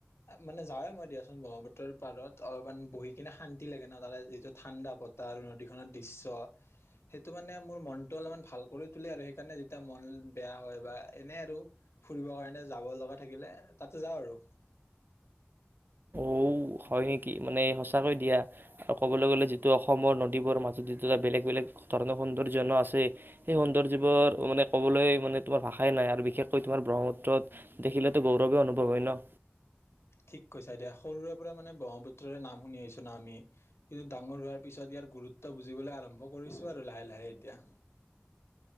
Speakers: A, on the left; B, on the right.
A: মানে যাওঁৱে মই দিয়াচোন ব্ৰহ্মপুত্ৰৰ পাৰত অলপমান বহি কিনে শান্তি লাগে ন তাৰে যিটো ঠাণ্ডা বতাহ নদীখনৰ দৃশ্য সেইটো মানে মোৰ মনটো অলপমান ভাল কৰি তুলে আৰু সেইকাৰণে যেতিয়া মন বেয়া হয় বা এনে আৰু ফুৰিব কাৰণে যাব লগা থাকিলে তাতে যাওঁ আৰু
B: অ হয় নেকি মানে সঁচাকৈ দিয়া আৰু ক'বলৈ গ'লে যিটো অসমৰ নদীবোৰৰ মাজত যিটো এটা বেলেগ বেলেগ ধৰণৰ সৌন্দৰ্য্য ন আছে সেই সৌন্দৰ্যবোৰ মানে ক'বলৈ মানে তোমাৰ ভাষাই নাই আৰু বিশেষকৈ তোমাৰ ব্ৰহ্মপুত্ৰত দেখিলেতো গৌৰৱে অনুভৱ হয় ন
A: ঠিক কৈছা দিয়া সৰুৰে পৰা মানে ব্ৰহ্মপুত্ৰৰে নাম শুনি আহিছোঁ না আমি কিন্তু ডাঙৰ হোৱাৰ পিছত ইয়াৰ গুৰুত্ব বুজিবলে আৰম্ভ কৰিছোঁ আৰু লাহে লাহে এতিয়া